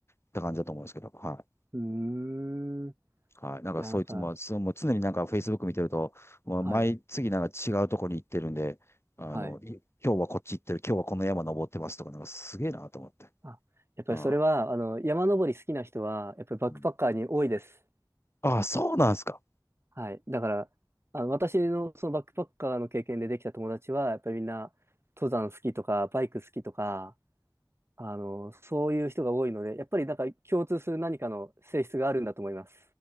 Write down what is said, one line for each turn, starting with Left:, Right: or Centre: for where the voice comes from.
Left: って感じだと思うんですけど、はい。
Right: うーん。い
Left: はい。なんかそいつも、
Right: や、なんか、
Left: そうもう常になんか Facebook 見てると、もう毎次なんか違うところに行ってるんで、
Right: はい、
Left: あの、
Right: はい。
Left: い今日はこっち行ってる、今日はこの山登ってますとか、なんかすげえなと思って。
Right: あ、やっぱりそれは、
Left: あー、
Right: あの、山登り好きな人は、やっぱりバックパッカーに多いです。
Left: うんあー、そうなんですか。
Right: はい。だから、あの、私のそのバックパッカーの経験でできた友達は、やっぱりみんな、登山好きとか、バイク好きとか、あの、そういう人が多いので、やっぱりなんか共通する何かの性質があるんだと思います。